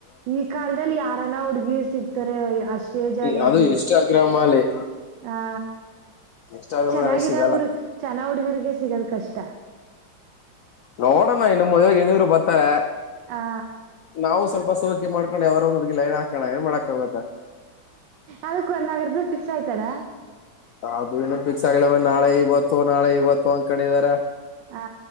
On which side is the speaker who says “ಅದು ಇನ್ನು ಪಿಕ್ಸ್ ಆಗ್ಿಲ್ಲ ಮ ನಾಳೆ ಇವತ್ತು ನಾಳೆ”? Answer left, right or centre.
Left